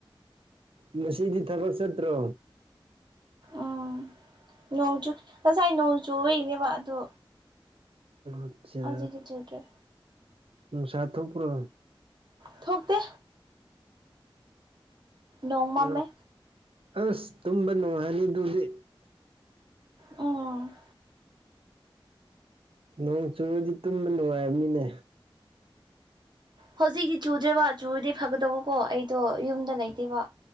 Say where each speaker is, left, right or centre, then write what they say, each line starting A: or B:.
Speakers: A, on the right; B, on the right.
A: ꯉꯁꯤꯗꯤ ꯊꯕꯛ ꯆꯠꯇ꯭ꯔꯣ
B: ꯎꯝ ꯅꯣꯡꯆꯨ ꯉꯁꯥꯏ ꯅꯣꯡ ꯆꯨꯕꯒꯤꯅꯦꯕ ꯑꯗꯨ
A: ꯑꯠꯆꯥ
B: ꯍꯧꯖꯤꯛꯇꯤ ꯆꯨꯗ꯭ꯔꯦ
A: ꯅꯨꯡꯁꯥ ꯊꯣꯛꯄ꯭ꯔꯣ
B: ꯊꯣꯛꯇꯦ ꯅꯣꯡ ꯃꯝꯃꯦ
A: ꯎ ꯑꯁ ꯇꯨꯝ ꯅꯨꯡꯉꯅꯤꯗꯨꯗꯤ
B: ꯎꯝ
A: ꯅꯣꯡ ꯆꯨꯕꯗꯤ ꯇꯨꯝꯕ ꯅꯨꯡꯉꯥꯏꯕꯅꯤꯅꯦ
B: ꯍꯧꯖꯤꯛꯤ ꯆꯨꯗ꯭ꯔꯦꯕ ꯆꯨꯗꯤ ꯐꯒꯗꯕꯀꯣ ꯑꯩ ꯗꯣ ꯌꯨꯝꯗ ꯂꯩꯇꯦꯕ